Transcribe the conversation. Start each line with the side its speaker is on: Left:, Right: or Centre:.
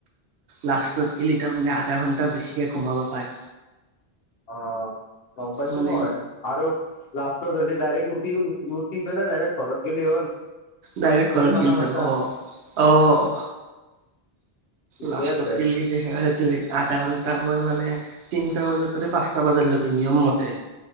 Right: লাষ্টত গিলি তাৰমানে আধা ঘন্টা বেছিকে সোমাব পায়।
Left: অ, গম পাইছো
Right: মানে
Left: মই। আৰু লষ্টতে ডাইৰেক্ট, উঠি -উঠি পেলাই ডাইৰেক্ট ঘৰত গলেই হ'ল।
Right: ডাইৰেক
Left: সেইটো
Right: ঘৰত
Left: মাথা
Right: গলেই
Left: মাৰছা
Right: হল। অ - অ।
Left: ঠিকে
Right: লাষ্টত
Left: আছে
Right: গলে, সেই আধা ঘন্টা মই মানে। তিনিটা বজাৰ পৰা পাঁচটা বজালৈকে নিয়ম মতে।